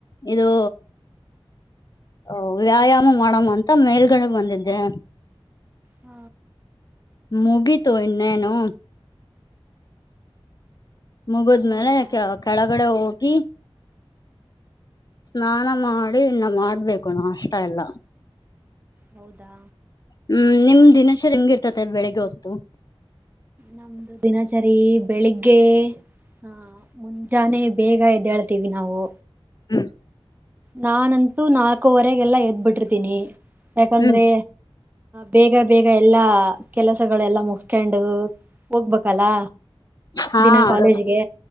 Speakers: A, on the left; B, on the right.
A: ಇದು. ಓ ವ್ಯಾಯಾಮ ಮಾಡಮಂತ ಮೇಲ್ಗಡೆ ಬಂದಿದ್ದೆ.
B: ಹ.
A: ಮುಗಿತು ಇನ್ನೇನು. ಮುಗುದಮೇಲೆ
B: ಮುಗಿತಾ
A: ಕ ಕೆಳಗಡೆ ಹೋಗಿ. ಸ್ನಾನ ಮಾಡಿ ಇನ್ನ ಮಾಡ್ಬೇಕು ನಾಷ್ಟ ಎಲ್ಲಾ.
B: ಹೌದಾ
A: ಹು ನಿಮ್ಮ ದಿನಚರಿ ಹೆಂಗಿರ್ತತೆ ಬೆಳಿಗ್ಗೆ ಹೊತ್ತು.
B: ನಮ್ಮದು ದಿನಚರಿ ಬೆಳಿಗ್ಗೆ ಹ. ಮುಂಜಾನೆ ಬೇಗ ಎದ್ದಳ್ತಿವಿ ನಾವು.
A: ಹು
B: ನಾನಂತೂ ನಾಲ್ಕೂವರೆಗೆಲ್ಲಾ ಎದ್ಬಿಟ್ಟಿರ್ತೀನಿ ಯಾಕಂದ್ರೆ.
A: ಹ್ಮ್
B: ಬೇಗ ಬೇಗ ಎಲ್ಲಾ ಕೆಲಸಗಳೆಲ್ಲಾ ಮುಗಸ್ಕೊಂಡು ಹೋಗಬೇಕಲ್ಲಾ.
A: ಹಾ
B: ದಿನಾ ಕಾಲೇಜಿಗೆ
A: ಅದು